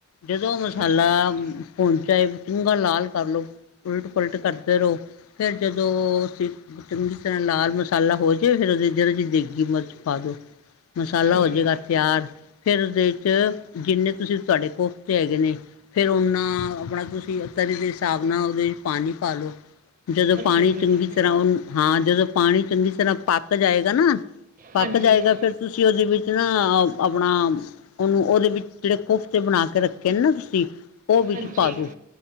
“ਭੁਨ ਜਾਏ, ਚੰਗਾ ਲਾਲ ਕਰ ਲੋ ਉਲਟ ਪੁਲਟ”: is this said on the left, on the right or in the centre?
Left